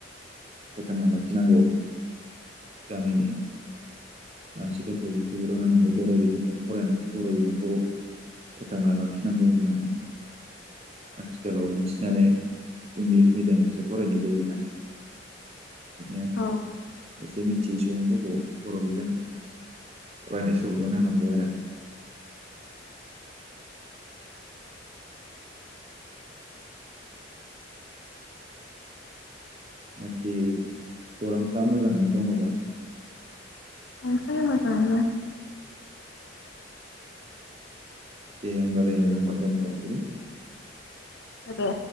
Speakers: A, on the right; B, on the left.
A: फोथांना लाखिनांगौ गामिनि मानसिफोरखौबो सुबुर होनांगौ बर' बिजोंखौ फरायनांगौ बर' बिजोंखौ फोथांना लाखिनांगौ होननानै आथिखालाव बांसिनानो इंलिस मिडियामखौसो फरायनाय जायोना। बिदिनो
B: औ
A: खायसे जिसौफोरखौ बर' बिजों। फरायनाय सुबुरुन होनांगौ आरो। नाखि खौरांफ्रा मोजाङैनो दङबा।
B: दंथयो मोजांङैनो।
A: दे होनबालाय मोजां बा दोनथ'नोसैलै।
B: आरो दे।